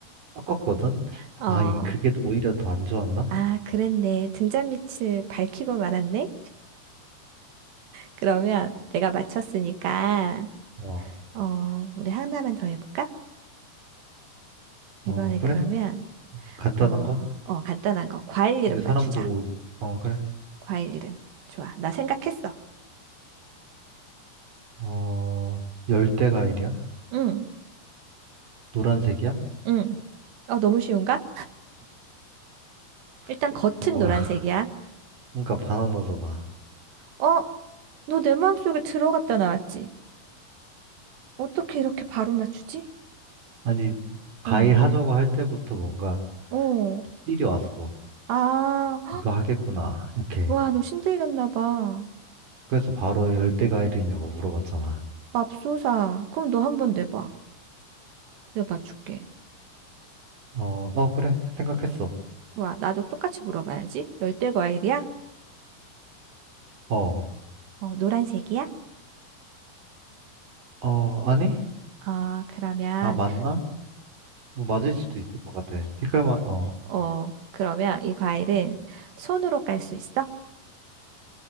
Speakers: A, on the right; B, on the right.
A: 섞었거든?
B: 어,
A: 아, 이- 그게 또 오히려 더 안 좋았나?
B: 아, 그랬네. 등잔빛을 밝히고 말았네. 그러면 내가 맞췄으니까,
A: 어,
B: 어, 우리 하나만 더 해볼까?
A: 어,
B: 이번엔
A: 그래?
B: 그러면,
A: 간단한
B: 어,
A: 거?
B: 어, 간단한 거. 과일 이름
A: 이제 사람들
B: 맞추자.
A: 오, 어, 그래.
B: 과일 이름. 좋아. 나 생각했어.
A: 어, 열대과일이야?
B: 응,
A: 노란색이야?
B: 응. 어, 너무 쉬운가? 일단
A: 바-
B: 겉은
A: 뭐야?
B: 노란색이야.
A: <laughs> 그러니까 바나나잖아.
B: 어, 너 내 마음속에 들어갔다 나왔지? 어떻게 이렇게 바로 맞추지?
A: 아니, 과일
B: 어,
A: 하자고 할 때부터 뭔가
B: 어.
A: 삘이 왔어.
B: 아,
A: 이거 하겠구나. 이렇게.
B: 와, 너 신들렸나 봐.
A: 그래서 바로 열대과일이냐고 물어봤잖아.
B: 맙소사. 그럼 너 한번 내봐. 내가 맞출게.
A: 어, 어, 그래. 생각했어.
B: 좋아. 나도 똑같이 물어봐야지. 열대 과일이야?
A: 어,
B: 어, 노란색이야?
A: 어, 아니?
B: 아, 그러면,
A: 아, 맞나? 뭐 맞을 수도 있을 것 같아. 색깔만, 어.
B: 어, 그러면 이 과일은 손으로 깔 수 있어?